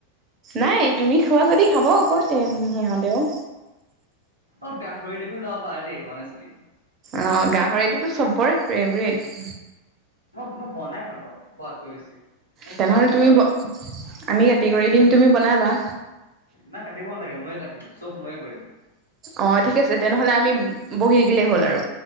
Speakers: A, on the right (about 30°); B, on the left (about 80°).
A: নাই তুমি খোৱা যদি খাব আকৌ, তে সিহঁতেও।
B: অ', গাহৰি দেখোন ল'ব পাৰা দেই অনেষ্টলি।
A: অ', গাহৰিটোতো সবৰে ফেভৰেট।
B: মই মই বনাই ভাল পাওঁ, খোৱাতকৈ বেছি। মোক
A: তেনেহ'লে
B: খোৱাত ইমান
A: তুমি,
B: ৰাপ নাই
A: আমি কাতি-কৰি দিম তুমি বনাবা।
B: নাই কাটিব নালাগে। ময়ে কাটিম, চব ময়ে কৰিম।
A: অ' ঠিক আছে, তেনেহ'লে আমি বহি থাকিলেই হ'ল আৰু।